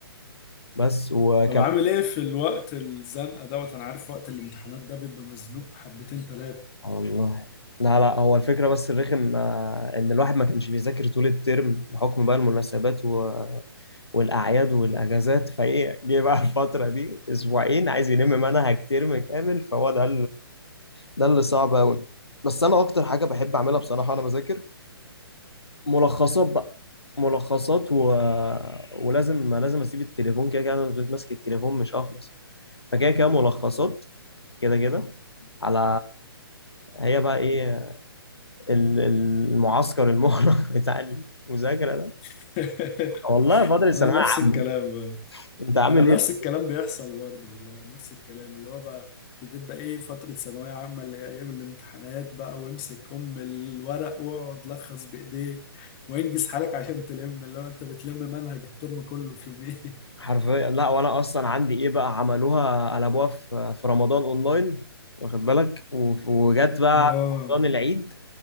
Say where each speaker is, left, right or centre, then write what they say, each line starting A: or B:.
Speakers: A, on the left; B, on the left.
A: بس وكم
B: طب عامل ايه في الوقت الزنقه دوت انا عارف وقت الامتحانات ده بيبقى مزنوق حبتين ثلاثه
A: والله لا لا هو الفكرة بس الرخم آه، إن الواحد ما كانش بيذاكر طول الترم بحكم بقى المناسبات و... والأعياد والأجازات فإيه جه بقى الفترة دي أسبوعين عايز يلم منهج ترم كامل فهو ده ده اللي صعب قوي بس انا اكتر حاجه بحب اعملها بصراحه وانا بذاكر ملخصات بقى ملخصات و... ولازم لازم اسيب التليفون كده كده انا لو فضلت ماسك التليفون مش هخلص فكده كده ملخصات كده كده على هي بقى ايه ال- المعسكر المغلق <laughs> بتاع المذاكره ده
B: <laughs>
A: والله فاضل الثانويه
B: انا نفس
A: عامه
B: الكلام برضه.
A: انت عامل
B: انا نفس
A: ايه
B: الكلام بيحصل برضه والله نفس الكلام اللي هو بقى بتبقى ايه فتره ثانويه عامه اللي هي ايام الامتحانات بقى وامسك ام الورق واقعد لخص بايديك وانجز حالك عشان تلم اللي هو انت بتلم منهج الترم كله في يومين
A: حرفيا لا وانا اصلا عندي ايه بقى عملوها قلبوها في في رمضان اونلاين واخد بالك وف- وجت
B: <laughs>
A: بقى
B: اه
A: رمضان العيد